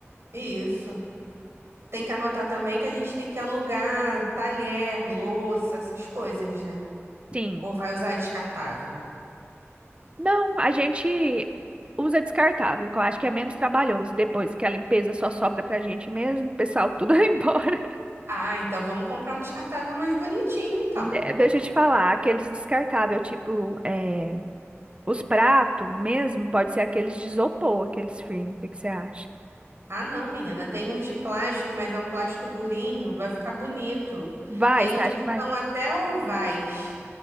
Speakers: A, on the right; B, on the right.
A: isso. Tem que anotar também que a gente tem que alugar talher, louça, essas coisas, né?
B: Sim.
A: Ou vai usar descartável?
B: Não, a gente usa descartável, que eu acho que é menos trabalhoso. Depois que a limpeza só sobra pra gente mesmo, o pessoal tudo <laughs> vai embora.
A: Ah, então vamos comprar um descartável mais bonitinho, então.
B: De- Deixa eu te falar, aqueles descartáveis, tipo, é, os pratos mesmo, pode ser aqueles de isopor, aqueles firmes. O que que você acha?
A: Ah, não, menina. Tem uns de plástico, mas é um plástico durinho. Vai ficar bonito.
B: Vai,
A: Tem
B: você
A: uns
B: acha
A: que
B: que vai?
A: são até ovais.